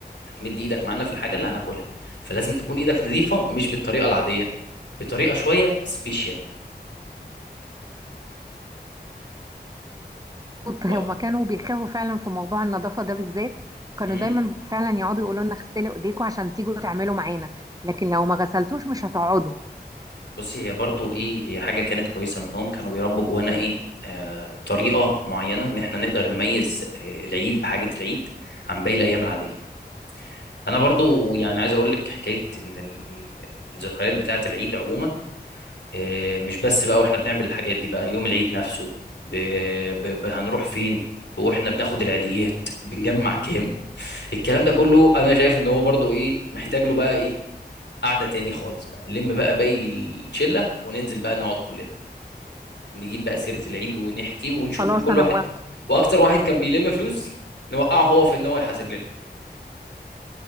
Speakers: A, on the left; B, on the right.
A: هتمد ايدك معانا في الحاجه اللي هناكلها فلازم تكون ايدك نظيفه مش بالطريقه العاديه بطريقه شويه سبيشال
B: هما
A: و...
B: كانوا بيخافوا فعلا في موضوع النظافة ده بالذات كانوا
A: مم.
B: دايما فعلا يقعدوا يقولوا لنا غسلوا ايديكم عشان تيجوا تعملوا معانا لكن لو ما غسلتوش مش هتقعدوا
A: بصي هي برضو ايه هي حاجه كانت كويسه منهم كانوا بيربوا جوانا ايه آه... طريقه معينه ان احنا نقدر نميز آه... العيد بحاجه العيد عن باقي الايام العاديه انا برضو يعني عايز اقول لك حكايه ان ال- ال- الذكريات بتاعه العيد عموما آه، مش بس بقى واحنا بنعمل الحاجات دي بقى يوم العيد نفسه ب... ب... ب... هنروح فين واحنا بناخد العيديات بنجمع كام الكلام ده كله انا شايف ان هو برضو ايه محتاج له بقى ايه قعده تاني خالص بقى نلم بقى باقي الشله وننزل بقى نقعد كلنا نجيب بقى سيره العيد ونحكي ونشوف
B: خلاص
A: بقى كل
B: انا
A: واحد
B: موافقة
A: واكتر واحد كان بيلم فلوس نوقعه هو في ان هو يحاسب لنا